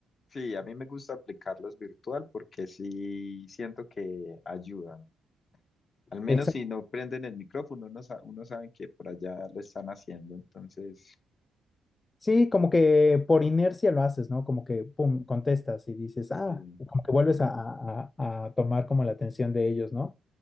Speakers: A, on the left; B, on the left.
A: Sí, a mí me gusta aplicarlos virtual porque sí siento que ayudan. Al menos
B: Eh,
A: si no prenden el micrófono, uno, sa- uno sabe que por allá lo están haciendo. Entonces,
B: Sí, como que por inercia lo haces, ¿no? Como que, pum, contestas y dices,
A: sí,
B: ah, y como que vuelves a, a- a- a tomar como la atención de ellos, ¿no?